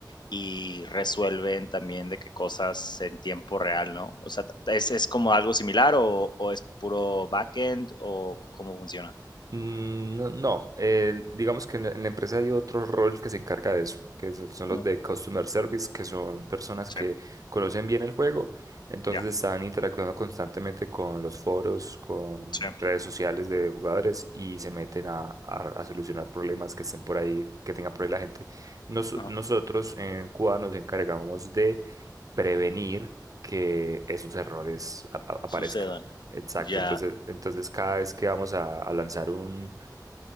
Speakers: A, on the left; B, on the right.
A: y resuelven también de qué cosas en tiempo real, ¿no? O sea, ¿es, es como algo similar o, o es puro backend o cómo funciona?
B: Mm, No, no, eh, digamos que en la, en la empresa hay otro rol que se encarga de eso, que es- son los
A: Mm,
B: de Customer Service, que son personas
A: Sí,
B: que conocen bien el juego, entonces
A: ya,
B: están interactuando constantemente con los foros, con
A: sí,
B: redes sociales de jugadores y se meten a, a- a solucionar problemas que estén por ahí, que tenga por ahí la gente. Nos-
A: ajá,
B: nosotros en Cuba nos encargamos prevenir que esos errores a- a- aparezcan.
A: Sucedan.
B: Exacto,
A: Ya.
B: entonces, entonces cada vez que vamos a, a lanzar un,